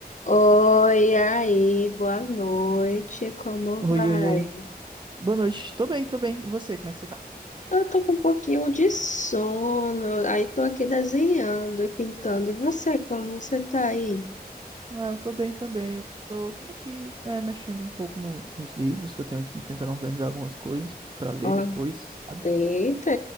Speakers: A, on the left; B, on the right.
A: Oi, aí, boa noite, como
B: Oi,
A: vai?
B: oi, oi. Boa noite. Tô bem, tô bem. E você, como é que você tá?
A: Eu tô com um pouquinho de sono, aí tô aqui desenhando e pintando. E você, como você tá aí?
B: Ah, eu tô bem também. Eu tô aqui, é, mexendo um pouco no- nos livros que eu tenho aqui, tentando organizar algumas coisas pra ler
A: Ó,
B: depois, sabe?
A: eita,